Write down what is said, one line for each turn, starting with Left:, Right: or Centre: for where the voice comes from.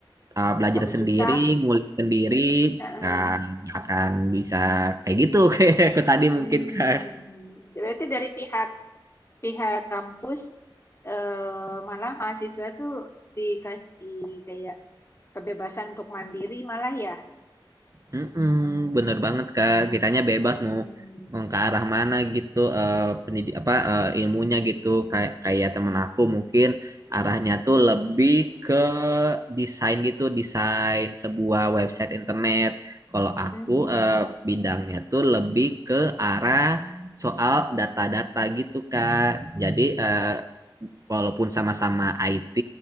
Right: uh, belajar
Left: Kamu susah
Right: sendiri, ngulik sendiri,
Left: Heeh.
Right: kan nggak akan bisa kayak gitu <laughs> kayak aku tadi
Left: Hmm.
Right: mungkin kak.
Left: Berarti dari pihak pihak kampus eh, malah mahasiswa tuh dikasih kayak kebebasan untuk mandiri malah ya.
Right: Mm-mm, bener banget Kak, kitanya
Left: Hmm.
Right: bebas mau mau ke arah mana gitu eh pendidik apa eh, ilmunya gitu kayak kayak temen aku mungkin arahnya tuh lebih ke desain gitu, desain sebuah website internet. Kalau aku
Left: Hmm.
Right: eh, bidangnya tuh lebih ke arah soal data-data gitu Kak. Jadi eh, walaupun sama-sama IT